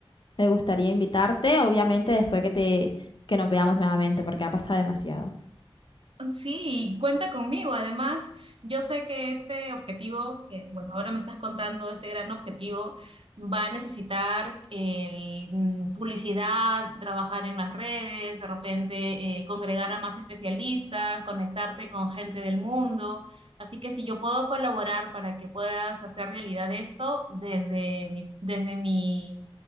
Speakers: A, on the left; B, on the right.
A: Me gustaría invitarte, obviamente después que te que nos veamos nuevamente, porque ha pasado demasiado.
B: Sí, cuenta conmigo. Además, yo sé que este objetivo, que bueno, ahora me estás contando este gran objetivo, va a necesitar el, mm, publicidad, trabajar en las redes, de repente eh, congregar a más especialistas, conectarte con gente del mundo. Así que si yo puedo colaborar para que puedas hacer realidad esto desde mi, desde mi,